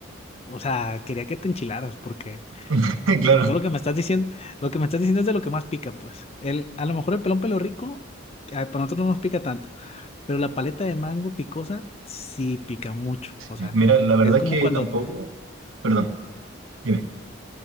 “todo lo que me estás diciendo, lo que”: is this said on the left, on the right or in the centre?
Left